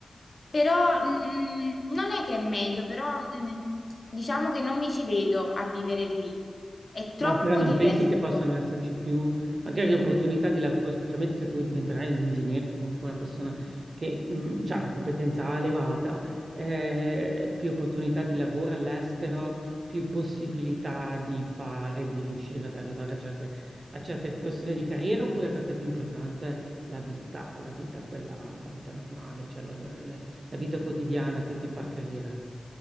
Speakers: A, on the left; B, on the right.
A: però mh, non è che è meglio, però mh, diciamo che non mi ci vedo a vivere lì, è troppo
B: Ma però non
A: diverso.
B: pensi che possano esserci più, magari opportunità di lavoro, specialmente se tu diventerai un ingegnere, comunque una persona che ha una competenza elevata, eh, più opportunità di lavoro all'estero, più possibilità di fare, di riuscire ad arrivare a certe, a certe questioni di carriera, oppure per te è più importante la vita, la vita quella, la vita normale, cioè la la- la vita quotidiana più che far carriera?